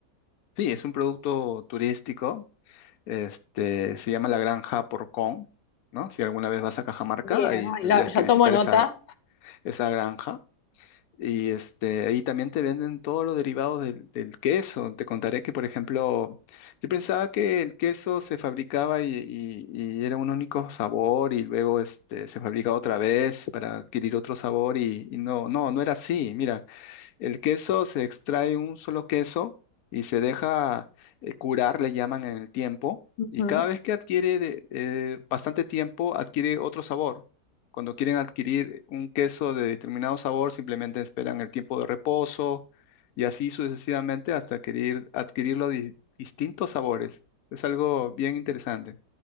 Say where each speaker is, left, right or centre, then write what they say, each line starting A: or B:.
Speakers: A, on the left; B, on the left.
A: sí, es un producto turístico Este, se llama la Granja Porcón, ¿no? Si alguna vez vas a Cajamarca,
B: Bien,
A: ahí
B: ay,
A: tendrías
B: la- ya
A: que visitar
B: tomo nota.
A: esa, esa granja. Y este, ahí también te venden todos los derivados del, del queso. Te contaré que, por ejemplo, yo pensaba que el queso se fabricaba y, y- y era un único sabor y luego este, se fabrica otra vez para adquirir otro sabor y, y no, no, no era así. Mira. El queso se extrae un solo queso y se deja eh, curar, le llaman en el tiempo,
B: Ujú.
A: y cada vez que adquiere de- eh, bastante tiempo, adquiere otro sabor. Cuando quieren adquirir un queso de determinado sabor, simplemente esperan el tiempo de reposo y así sucesivamente hasta adquirir, adquirirlo de distintos sabores. Es algo bien interesante.